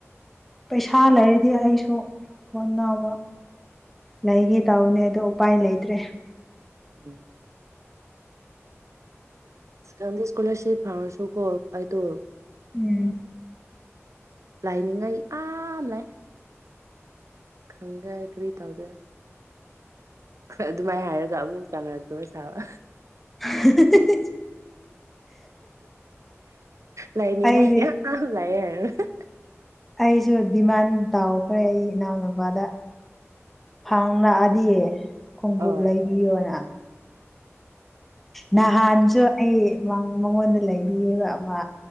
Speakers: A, in the centre; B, on the right.
A: ꯄꯩꯁꯥ ꯂꯩꯔꯗꯤ ꯑꯩꯁꯨ ꯐꯣꯟ ꯅꯥꯎꯕ ꯂꯩꯒꯦ ꯇꯧꯕꯅꯦ ꯑꯗꯣ ꯎꯄꯥꯏ ꯂꯩꯇ꯭ꯔꯦ
B: ꯎꯝ ꯀꯟꯗ‌ꯦ ꯏꯁ꯭ꯀꯣꯂꯔꯁꯤꯞ ꯐꯥꯎꯔꯁꯨ ꯀꫭ ꯑꯩꯗꯣ
A: ꯎꯝ
B: ꯂꯥꯏꯅꯤꯡꯉꯥꯏ ꯑꯝꯂꯩ ꯈꯪꯗꯔ‌ꯦ ꯑꯩ ꯀꯔꯤ ꯇꯩꯗꫭꯏꯅ‌ꫭ ꯑꯗꯨꯃꯥꯏꯅ ꯍꯥꯏꯔꯒ ꯑꯃꯨꯛ ꯆꯪꯅꯂꯛꯇꯒ ꯁꯥꯕ
A: <unintelligible>
B: ꯂꯥꯏꯅꯤ
A: ꯑꯩꯗꯤ
B: ꯍꯥꯏ ꯑ ꯂꯥꯏꯔ <unintelligible>
A: ꯑꯩꯁꯨ ꯗꯤꯃꯥꯟ ꯇꯥꯎꯈ꯭ꯔꯦ ꯑꯩ ꯏꯅꯥꯎꯅꯨꯄꯥꯗ ꯐꯥꯕ ꯃꯨꯛ ꯂꯛꯑꯗꯤꯌꯦ ꯈꯣꯡꯎꯞ
B: ꯑ
A: ꯂꯩꯕꯤꯌꯣꯅ ꯅꯍꯥꯟꯁꯨ ꯑꯩ ꯃꯉꯣꯟꯗ ꯂꯩꯕꯤꯑꯕ ꯑꯃ